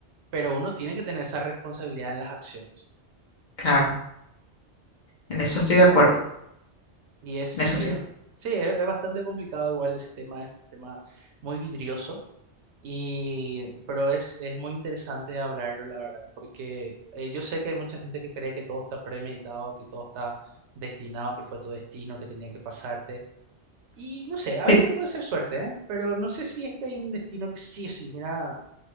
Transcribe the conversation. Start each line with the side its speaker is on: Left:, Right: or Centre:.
Right: pero uno tiene que tener esa responsabilidad en las acciones.
Left: claro. En eso estoy de acuerdo.
Right: Y es,
Left: En eso
Right: y
Left: estoy.
Right: es, sí, es es bastante complicado, igual ese tema es un tema muy vidrioso Y, pero es, es muy interesante hablarlo, la verdad, porque eh, yo sé que hay mucha gente que cree que todo está premeditado, que todo está destinado, que fue tu destino, que tenía que pasarte. Y no sé, a
Left: sí.
Right: veces puede ser suerte, ¿eh? Pero no sé si es que hay un destino que sí o sí, mira,